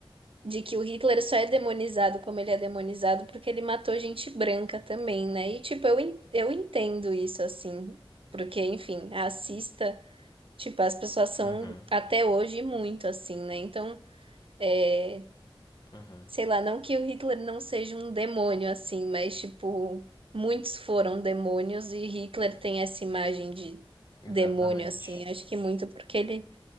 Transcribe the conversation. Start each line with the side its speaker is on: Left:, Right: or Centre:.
Right: de que o Hitler só é demonizado como ele é demonizado porque ele matou gente branca também, né? E, tipo, eu, en- eu entendo isso, assim, porque, enfim, racista, tipo, as pessoas são
Left: Uhum,
Right: até hoje muito assim, né? Então, é,
Left: uhum,
Right: sei lá, não que o Hitler não seja um demônio, assim, mas, tipo, muitos foram demônios e Hitler tem essa imagem de
Left: exatamente.
Right: demônio, assim, acho que muito porque ele